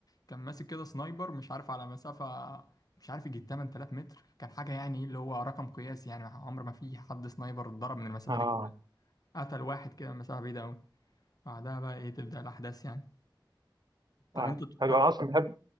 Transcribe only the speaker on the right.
اه
اه
حلو انا اصلا بحب